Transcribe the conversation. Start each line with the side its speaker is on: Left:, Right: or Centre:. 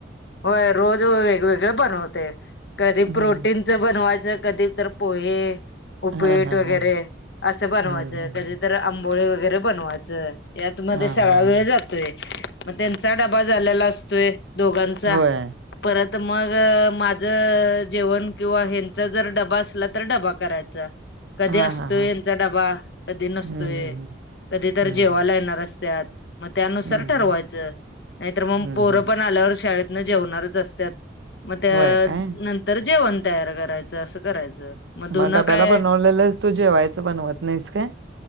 Left: होय रोज वेगवेगळे बनवते कधी
Right: हं.
Left: प्रोटीन. ज बनवायच,, कधी तर पोहे. उपीट
Right: हां, हां,
Left: वगैरे,
Right: हां.
Left: असं बनवायचं,
Right: हं, हं,
Left: कधीतर
Right: हं.
Left: आंबोळी वगैरे बनवायचं. यात मध्ये
Right: हां,
Left: सगळा
Right: हां, हां.
Left: वेळ जातोय,, मग त्यांचा डबा झालेला असतोय. दोघांचा,,
Right: होय.
Left: परत मग माझं. जेवण किंवा हंचा जर डबा असला,, तर डबा करायचा, कधी
Right: हां,
Left: असतोय
Right: हां, हां.
Left: यांचा डबा,, कधी नसतोय.
Right: हं, हं, हं.
Left: कधी तर
Right: हं,
Left: जेवायला
Right: हं.
Left: येणार आस्त्यात. मग त्यानुसार
Right: हं,
Left: ठरवायचं,,
Right: हं.
Left: नाही तर मग
Right: हं,
Left: पोरं
Right: हं.
Left: पण, आल्यावर शाळेत. न,, जेवनारच असत्यात, म त्या
Right: होय काय?
Left: नंतर ऽ तर जेवण तयार करायचं,, असं करायचं. मग धुनं
Right: म डब्याला
Left: काय
Right: चं बनवलेलंच,, तू जेवायला बनवत नाहीस काय?